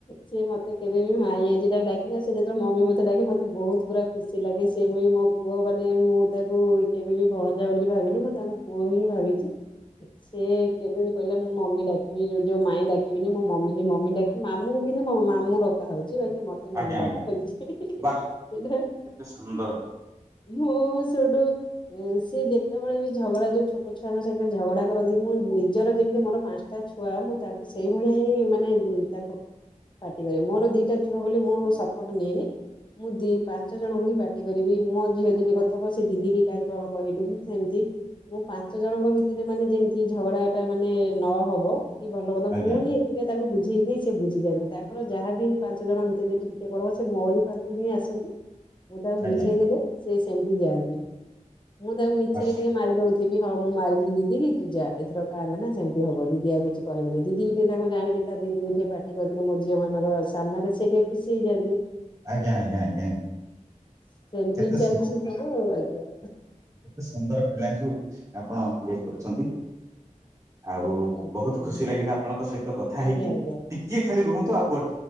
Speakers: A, on the left; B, on the right.
A: ସିଏ ମତେ କେବେ ବି ମାଇଁ ଆଜି ଯାଏ ଡ଼ାକିନାଇ ସିଏ ଯେତେବେଳେ ମମି ମତେ ଡ଼ାକେ ମତେ ବହୁତ ପୁରା ଖୁସି ଲାଗେ ସେ ମୁଇଁ ମୋ ପୁଅ ମାନେ ମୁଁ ତାକୁ କେବେ ବି ଭଣଜା ବୋଲି ଭାବିନି ମୁଁ ତାଙ୍କୁ ପୁଅ ହିଁ ଭାବିଚି ସେ କେବେ ବି କହିଲେ ମୁଁ ମମି ଡ଼ାକିବି ଯୋଉ ମାଇଁ ଡ଼ାକିବିନି ମୁଁ ମମି କି ମମି ଡ଼ାକିବି ମାମୁଁକୁ କିନ୍ତୁ ମ ମାମୁ ଡ଼ାକୁ କା ହଉଚି ବାକି ମତେ ମମି
B: ଆଜ୍ଞା ଆଜ୍ଞା
A: ଡ଼କା
B: ଆଜ୍ଞା
A: ହଉଚି ସେଇଟା।
B: ବାସ୍ କେତେ ସୁନ୍ଦର
A: ମୁଁ ସେଇଟୁ ଉଁ ସେ ଯେତେବେଳେ ବି ଝଗଡ଼ା ଯୋଉ ଛୋଟ ଛୁଆଙ୍କ ସାଙ୍ଗରେ ଝଗଡ଼ା କରନ୍ତି ମୁଁ ନିଜର ଯେମିତି ମୋର ପାଞ୍ଚ ଟା ଛୁଆ ମୁଁ ତାଙ୍କୁ ସେଇଭଳିଆ ହିଁ ମାନେ ତାଙ୍କୁ ପାଟି କରେ ମୋର ଦିଟା ଝୁଅ ବୋଲି ମୁଁ ସପୋର୍ଟ ନିଏନି। ମୁଁ ଦି ପାଞ୍ଚ ଜଣଙ୍କୁ ହିଁ ପାଟି କରିବି ମୋ ଝିଅ ଜିଦି କରୁଥିବ ସେ ଦିଦି କିି କାଇଁ କଣ କହିଲୁ କି ତୁ ଏମିତି ମୁଁ ପାଞ୍ଚ ଜଣଙ୍କ ଭିତରେ ମାନେ ଯେମିତି ଝଗଡ଼ାଟା ମାନେ ନହବ କି ଭଲ ମନ୍ଦ
B: ଆଜ୍ଞା
A: ମୁଁ ହିଁ ସେଟା ତାଙ୍କୁ ବୁଝେଇ ଦିଏ ସେ ବୁଝିଜାନ୍ତି ତାଙ୍କର ଯାହା ବି ପାଞ୍ଚ ଜଣ ଭିତରେ ଯଦି ଟିକେ କଣ ହବ ସେ ମୋରି ପା ଖକୁ ହିଁ ଆସନ୍ତି ମୁଁ ତାଙ୍କୁ
B: ଆଜ୍ଞା
A: ବୁଝେଇ ଦେଲେ ସେ ସେମିତି ଯାଆନ୍ତି। ମୁଁ ତାଙ୍କୁ ମିଛରେ
B: ବାସ୍
A: ଟିକେ ମାରି ଦୋଉ ଥିବି ହଁ ମୁଁ ମାରିଲି ଦିଦି କି ତୁ ଯା ଏଥର ଆଉ କାନ୍ଦେନା ସେମିତି ହବ ଦିଦି ଆଉ କିଛି କହିବନି ଦିଦିକି ଟିକେ ତାଙ୍କୁ ଜାଣିକି ତା ଦିଦିକି ଟିଏ ପାଟି କରିଦେଲେ ମୋ ଝିଅ ମାନଙ୍କ ସାମ୍ନାରେ ସେ ଟିକେ ଖୁସି ହେଇଯାଆନ୍ତି।
B: ଆଜ୍ଞା ଆଜ୍ଞା ଆଜ୍ଞା।
A: ସେମିତି
B: କେତେ
A: ଚାଲିଚି ସବୁ ଆଜ୍ଞା।
B: ଏତେ ସୁନ୍ଦର ପିଲାଙ୍କୁ ଆପଣ ଇଏ କରୁଚନ୍ତି ଆଉ
A: ଆଜ୍ଞା
B: ବୋହୁତ
A: ଆଜ୍ଞା
B: ଖୁସି ଲାଗିଲା ଆପଣଙ୍କ ସହିତ କଥା
A: ଆଜ୍ଞା
B: ହେଇକି
A: ଆଜ୍ଞା।
B: ଟି କିଏ ଖାଲି ରୁହନ୍ତୁ ଆଉ ଗୋ